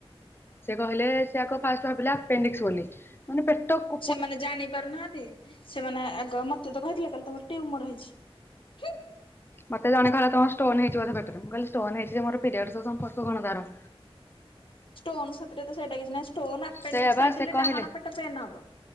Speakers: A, on the left; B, on the left.
A: ସେ କହିଲେ ସେ ଆଗ ଫାଷ୍ଟ ଭାବିଲା ପେଣ୍ଡିକ୍ସ ବୋଲି। ମାନେ ପେଟକ
B: ସେମାନେ ଜାଣି ପାରୁନାହାନ୍ତି ସେମାନେ ଆଗ ମତେ ତ କହିଥିଲେ କହ ତମର ଟ୍ୟୁମର ହେଇଛି। ହୁଁ
A: ମତେ ଜଣେ କହିଲା ତମ ଷ୍ଟୋନ ହେଇଛି ବୋଧେ ପେଟରେ ମୁଁ କହିଲି ଷ୍ଟୋନ ହେଇଚି ମୋର ପିରିୟଡ ସମ୍ପର୍କ କନ ତାର।
B: ଷ୍ଟୋନ ସେଥିରେ ସେଇଟା କିଛି ନାଁ ଷ୍ଟୋନ ଆପେଣ୍ଡିକଇ
A: ସେଇଆ ବା ସେ
B: ହେ
A: କହିଲେ
B: ଡାହାଣ ପେଟ ପେନ୍ ହବ।